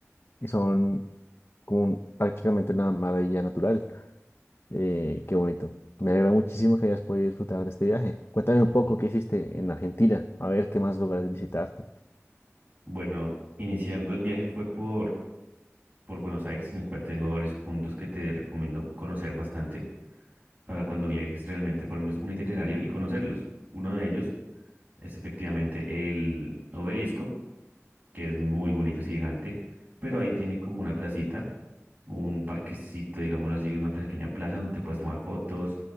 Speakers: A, on the left; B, on the right.
A: y son como un- prácticamente una maravilla natural. Eh, qué bonito. Me alegra muchísimo que hayas podido disfrutar de este viaje. Cuéntame
B: Ujú.
A: un poco qué hiciste en Argentina, a ver qué más lugares visitaste.
B: Bueno, iniciando el viaje fue por por Buenos Aires, en el cual tengo varios puntos que te recomiendo conocer bastante para cuando viajes realmente formes un itinerario y conocerlos. Uno de ellos es efectivamente el obelisco, que es muy bonito, es gigante, pero ahí tiene como una placita, un parquecito, digámoslo así, una pequeña plaza donde te puedes tomar fotos,